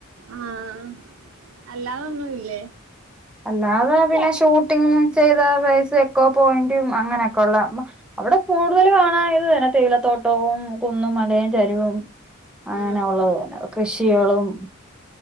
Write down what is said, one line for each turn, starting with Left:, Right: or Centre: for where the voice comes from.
Right: ആഹ, അല്ലാതൊന്നും, ഇല്ലേ
Centre: അല്ലാതെ, പിന്നെ, ഷൂട്ടിംഗ, ചെയ്ത, പ എക്കൊ, പോയിന്റും, അങ്ങനെയൊക്കെള്ള, അവിടെ കൂടുതല്, കാണത്, തന്നെ, തേയിലത്തോട്ടവും കന്നും, മലറെരിവും, അങ്ങനെ,
Right: ആഹ്
Centre: ഉള്ളത്, തന്നെ, കൃഷികളും,